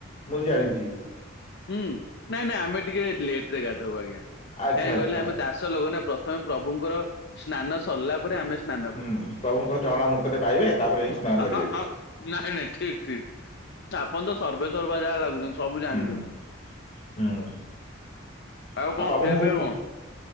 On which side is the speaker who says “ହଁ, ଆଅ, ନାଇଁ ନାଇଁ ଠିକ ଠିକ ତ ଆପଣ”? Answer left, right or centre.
Left